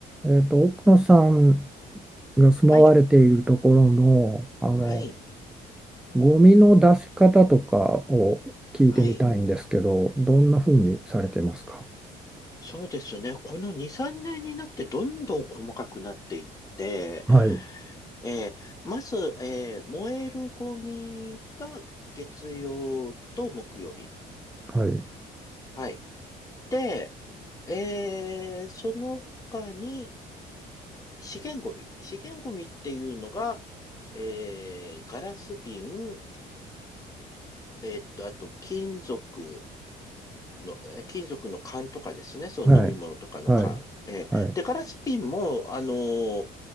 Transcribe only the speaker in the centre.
えっと、奥野さんが住まわれているところの、
あの、
ゴミの出し方とかを聞いてみたいんですけど、
どんなふうにされてますか
はい、
はい、
はい、はい、
はい、